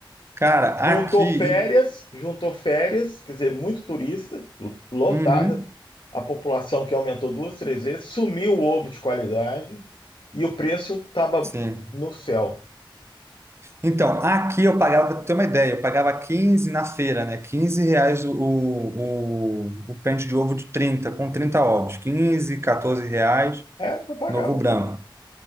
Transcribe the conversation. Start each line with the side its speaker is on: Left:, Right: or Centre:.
Right: Cara,
Left: Juntou
Right: aqui.
Left: férias, juntou férias, quer dizer, muito turista, lotada,
Right: Uhum.
Left: a população que aumentou duas, três vezes, sumiu o ovo de qualidade e o preço estava
Right: Sim.
Left: no céu.
Right: Então, aqui eu pagava, para ter uma ideia, eu pagava 15 na feira, né? 15 reais o, o, o pente de ovo de 30 com 30 ovos. quinze, 14 reais,
Left: Era o que eu pagava
Right: novo
Left: aqui.
Right: branco.